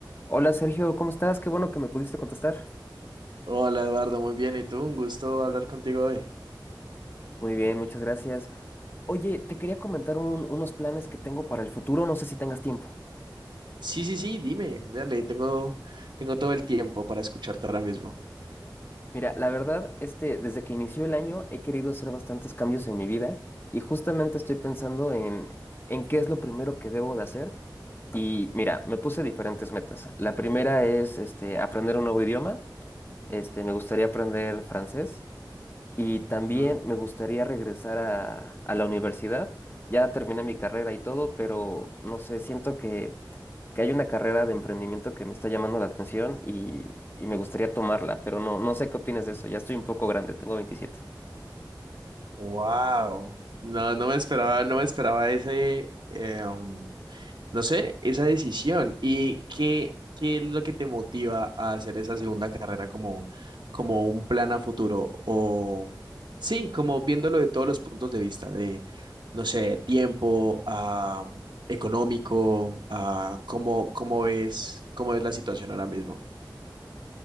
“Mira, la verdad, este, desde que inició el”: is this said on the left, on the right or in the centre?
Left